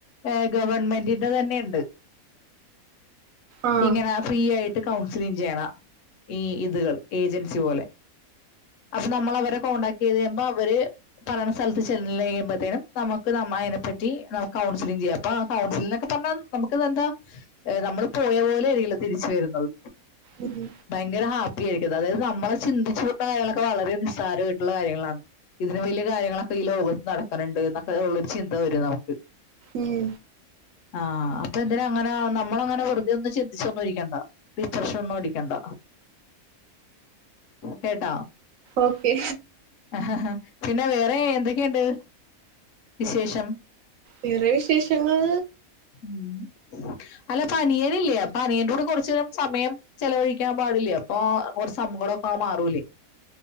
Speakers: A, on the left; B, on the right.
A: ങ് ഗവൺമെന്റിന്റെ ന്നെയുണ്ട്.
B: ആഹ്
A: ഇങ്ങനാ ഫ്രീ ആയി കൗൺസിലിങ് ചെയ്യണ ഈ ഇതുകൾ ഏജൻസി പോലെ അപ്പൊ നമ്മൾ അവരെ കോണ്ടാക്ട് ചെയ്ത് കഴുമ്പോ അവര് പറയ്ണ സ്ഥലത്ത് ചെല്ലഴിയുമ്പഴത്തേനും നമുക്ക് ന മയനെ പറ്റി നമുക്ക് കൗൺസിലിങ് ചെയ്യാം അപ്പൊ കൗൺസിലിന്നക്കെ പറഞ്ഞാ നമുക്ക്തിന്താ നമ്മള് പോയ പോലെയിരിക്കില്ല തിരിച്ച് വരുന്നത്
B: ഉം
A: ഭയങ്കര ഹാപ്പി ആയിരി അതായത് നമ്മളെ ചിന്തിച്ചുട്ടണ കാര്യങ്ങളൊക്കെ വളരെ നിസ്സാരമായിട്ടുള്ള കാര്യങ്ങളാണ്. ഇതിന് വലിയ കാര്യങ്ങളൊക്കെ ഈ ലോകത്ത് നടക്കണുണ്ട്ന്നൊക്കെള്ളരു ചിന്ത വരും നമുക്ക്.
B: ഉം
A: ആ അപ്പൊന്തിനങ്ങനെ? നമ്മള അങ്ങനെ വെറുതെന്നും ചിന്തിച്ചൊന്നും ഇരിക്കണ്ട ഡിപ്രഷ ഒന്നും അടിക്കണ്ട. കേട്ട
B: ഓക്കെ
A: ഹഹഹഹ പിന്നെ വേറെ എന്തൊക്കേണ്ട് വിശേഷം?
B: വേറെ വിശേഷങ്ങൾ.
A: മ് അല്ലപനീയനില്ലേ അപനീയന്റെ കൂടെ കുറച്ചരം സമയം ചെലവഴിക്കാൻ പാ ടില്ല അപ്പൊ കുറചങ്കടൊക്കെ മാറൂലേ?